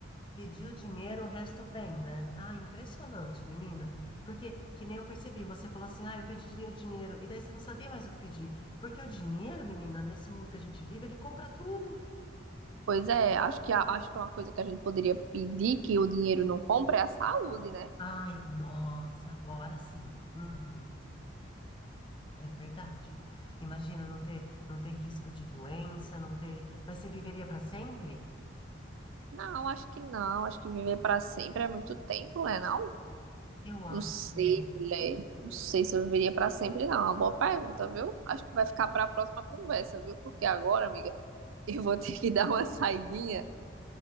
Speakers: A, on the left; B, on the right.
A: Pediu dinheiro, o resto vem, né? Ah, impressionante, menina. Porque, que nem eu percebi, você falou assim, ah, eu pediria dinheiro. E daí você não sabia mais o que pedir. Porque o dinheiro, menina, nesse mundo que a gente vive, ele compra tudo.
B: Pois é, acho que, a- acho que uma coisa que a gente poderia pedir que o dinheiro não compra é a saúde, né?
A: Ai, nossa, agora sim. Uhum, é verdade. Imagina não ter, não ter risco de doença, não ter. Mas você viveria para sempre?
B: Não, acho que não. Acho que viver para sempre é muito tempo, né? Não?
A: Eu acho
B: Não sei,
A: também.
B: mulher. Não sei se eu viveria pra sempre, não. É Uma boa pergunta, viu? Acho que vai ficar pra próxima conversa, viu? Porque agora, amiga, <laughs> eu vou ter que dar uma saidinha